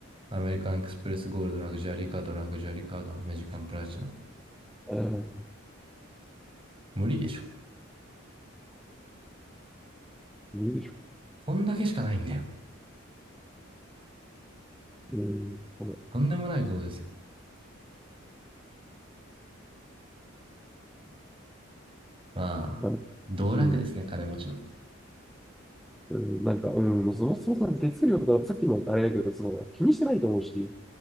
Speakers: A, on the right; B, in the centre.
A: アメリカンエクスプレスゴールド、ラグジュアリーカード、ラグジュアリーカード、アメジカンプラチナ。
B: うん、
A: 無理でしょ。
B: 無理でしょ。
A: こんだけしかないんだよ。
B: うん、この、
A: とんでもないことですよ。まあ、
B: あ
A: 道楽ですね、
B: うん。
A: 金持ちの。
B: うん、なんか、うん、そもそもそも手数料とか、さっきもあれだけど、その気にしてないと思うし、